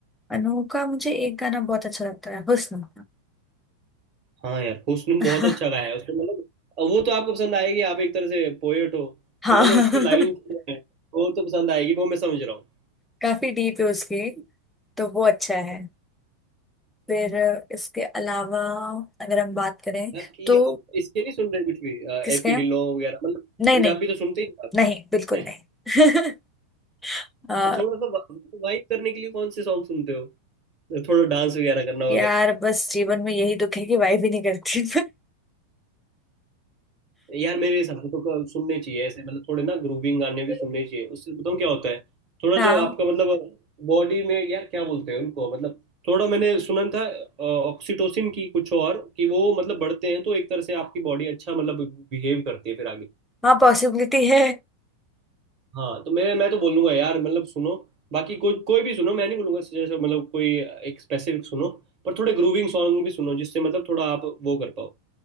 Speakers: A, in the centre; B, on the right.
A: अनु का मुझे एक गाना बहुत अच्छा लगता है हुस्न
B: हाँ यार हुस्न में
A: <laughs>
B: बहुत अच्छा गाया है उसने मतलब अब वो तो आपको पसंद आएगी आप एक तरह से पोएट हो
A: हाँ
B: तो मतलब उसकी लाइन
A: <laughs>
B: वो तो पसंद आएगी वो मैं समझ रहा हूँ
A: काफी डीप है उसके तो वो अच्छा है फिर इसके अलावा अगर हम बात करें
B: बाकी
A: तो
B: आप इसके नहीं सुन रहे कुछ भी
A: किसके
B: एपी
A: हैं?
B: ढिल्लों वगैरह मतलब
A: नहीं
B: पंजाबी
A: नहीं
B: तो सुनते ही हो
A: नहीं बिल्कुल
B: आप
A: नहीं
B: <laughs>
A: <laughs> अ,
B: थोड़ा सा वाइब करने के लिए कौन से सॉन्ग सुनते हो थोड़ा डांस वगैरह करना
A: यार बस जीवन में यही दुख है कि वाइफ ही नहीं करती
B: यार मेरे हिसाब से तो क- सुनने चाहिए ऐसे मतलब थोड़े ना ग्रूविंग गाने भी
A: <laughs>
B: सुनने चाहिए उससे बताऊँ क्या होता है थोड़ा
A: हाँ
B: जो आपका मतलब बॉडी में यार क्या बोलते हैं उनको मतलब थोड़ा मैंने सुना था ऑक्सीटोसिन की कुछ और कि वो मतलब बढ़ते हैं तो एक तरह से आपकी बॉडी अच्छा मतलब बिहेव करती है फिर आगे
A: हाँ पॉसिबिलिटी है
B: हाँ तो मैं मैं तो बोलूंगा यार मतलब सुनो बाकी कोई कोई भी सुनो मैं नहीं बोलूंगा जैसे मतलब कोई एक स्पेसिफिक सुनो पर थोड़े ग्रूविंग सॉन्ग भी सुनो जिससे मतलब थोड़ा आप वो कर पाओ